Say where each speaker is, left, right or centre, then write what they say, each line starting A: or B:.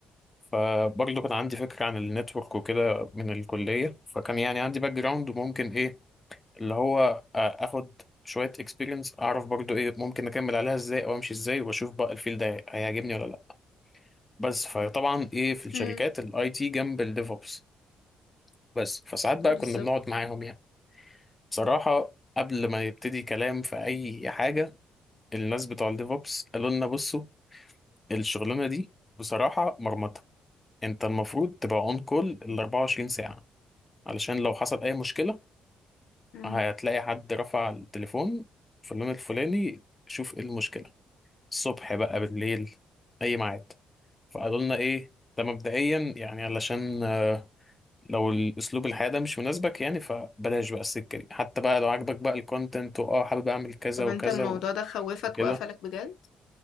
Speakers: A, on the left; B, on the left.
A: فبرضه كان عندي فكرة عن النتورك وكده من الكلية فكان يعني عندي باك جراوند وممكن ايه اللي هو آه، اخد شوية اكسبيرينس اعرف برضه ايه ممكن اكمل عليها ازاي او امشي ازاي واشوف بقى الفيلد ده هيعجبني ولا لا بس فطبعا ايه في الشركات
B: امم
A: الاي تي جنب الديفوبس بس فساعات بقى
B: بالظبط
A: كنا بنقعد معاهم يعني بصراحة قبل ما يبتدي كلام في اي حاجة الناس بتوع الديفوبس قالوا لنا بصوا الشغلانة دي بصراحة مرمطة انت المفروض تبقى اون كول ال 24 ساعة علشان لو حصل أي مشكلة
B: امم
A: هتلاقي حد رفع التليفون في اللون الفلاني شوف إيه المشكلة الصبح بقى بالليل أي ميعاد فقالوا لنا إيه ده مبدئيا يعني علشان آه، لو الأسلوب الحياة ده مش مناسبك يعني فبلاش بقى السكة دي حتى بقى لو عاجبك بقى الكونتنت وآه حابب أعمل كذا
B: طب
A: وكذا
B: انت الموضوع
A: و-
B: ده خوفك
A: وكده
B: وقفلك بجد